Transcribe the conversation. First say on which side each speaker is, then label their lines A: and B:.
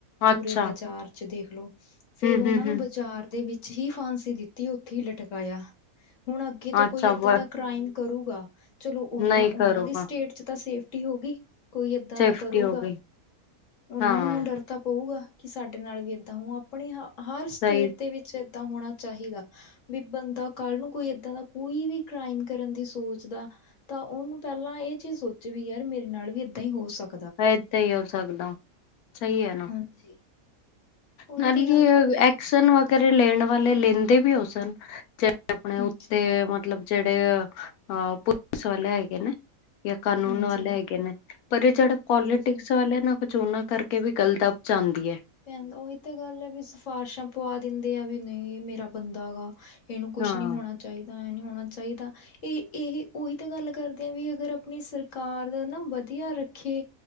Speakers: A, on the left; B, on the left.
A: ਪੂਰੇ
B: ਅੱਛਾ
A: ਬਜ਼ਾਰ। ਦੇਖਲੋ, ਫੇਰ
B: ਹੂੰ
A: ਉਹਨਾਂ
B: ਹੂੰ
A: ਨੂੰ
B: ਹੂੰ
A: ਬਜ਼ਾਰ ਦੇ ਵਿੱਚ ਹੀ ਫਾਂਸੀ ਦਿੱਤੀ ਉੱਥੇ ਈ ਲਟਕਾਇਆ, ਹੁਣ ਅੱਗੇ ਤੋਂ
B: ਅੱਛਾ
A: ਕੋਈ ਏਦਾਂ
B: ਵ
A: ਦਾ ਕ੍ਰਾਈਮ ਕਰੂਗਾ, ਚਲੋ ਉਹਨਾਂ
B: ਨਹੀਂ
A: ਉਹਨਾਂ
B: ਕਰੂਗਾ
A: ਦੀ ਸਟੇਟ'ਚ ਤਾ ਸੇਫਟੀ ਹੋਊਗੀ। ਕੋਈ ਏਦਾਂ
B: ਸੇਫਟੀ
A: ਦਾ ਕਰੂਗਾ,
B: ਹੋ ਗਈ
A: ਉਹਨਾਂ
B: ਹਾਂ
A: ਨੂੰ ਹੁਣ ਡਰ ਤਾਂ ਪਊਗਾ, ਕਿ ਸਾਡੇ ਨਾਲ ਵੀ ਏਦਾਂ ਹਂਉ ਅਪਣੀ ਹ, ਹਰ ਸਟੇਟ
B: ਸਹੀ
A: ਦੇ ਵਿੱਚ ਏਦਾਂ ਹੋਣਾ ਚਾਹੀਦਾ। ਵੀ ਬੰਦਾ, ਕੱਲ ਨੂੰ ਕੋਈ ਏਦਾਂ ਦਾ ਕੋਈ ਵੀ ਕ੍ਰਾਈਮ ਕਰਨ ਦੀ ਸੋਚਦਾ ਤਾ ਉਹਨੂੰ ਪਹਿਲਾਂ ਇਹ ਚੀਜ਼ ਸੋਚ ਵੀ, ਯਾਰ ਮੇਰੇ ਨਾਲ ਵੀ ਇੱਦਾਂ ਹੀ ਹੋ ਸਕ
B: ਇੱਦਾਂ ਹੀ ਹੋ ਸਕਦਾ, ਸਹੀ ਐ ਨਾ।
A: ਹਾਂਜੀ। ਉਹੀ
B: ਨਾਲੇ
A: ਤੇ ਗੱਲ
B: ਏ,
A: ਕਰਦੇ
B: ਐਕਸ਼ਨ
A: ਆ
B: ਵ ਘਰੇ ਲੈਣ ਵਾਲੇ ਲੇਂਦੇ ਵੀ ਹੋ ਸਨ, ਚਾਹੇ ਆਪਣੇ
A: ਹਾਂਜੀ
B: ਉੱਤੇ ਮਤਲਬ ਮਤਲਬ ਜਿਹੜੇ ਅਹ, ਪੁਲਿਸ ਵਾਲੇ ਹੈਗੇ ਨੇ। ਯਾ ਕਾਨੂੰਨ
A: ਹਾਂਜੀ
B: ਵਾਲੇ ਹੈਗੇ ਨੇ, ਪਰ ਇਹ ਜਿਹੜਾ ਪੌਲੀਟਿਕਸ
A: ਹਾਂਜੀ
B: ਵਾਲੇ ਨਾ, ਕੁਝ ਉਹਨਾਂ ਕਰ ਕੇ ਵੀ ਗੱਲ ਦਬ ਜਾਂਦੀ ਐ।
A: ਪੈਂਦਾ, ਉਹੀ ਤਾਂ ਗੱਲ ਐ ਵੀ ਸਿਫਾਰਸ਼ਾਂ ਪਵਾ ਦਿੰਦੇ ਆ ਵੀ ਨਹੀਂ, ਮੇਰਾ ਬੰਦਾ ਗਾ। ਇਹਨੂੰ ਕੁਛ
B: ਹਾਂ
A: ਨਹੀਂ ਹੋਣਾ ਚਾਹੀਦਾ, ਐਂ ਨਹੀਂ ਹੋਣਾ ਚਾਹੀਦਾ। ਇਹ, ਇਹੀ, ਉਹੀ ਤਾਂ ਗੱਲ ਕਰਦੇ ਆ ਵੀ, ਅਗਰ ਅਪਣੀ ਸਰਕਾਰ ਨਾ ਵਧੀਆ ਰੱਖੇ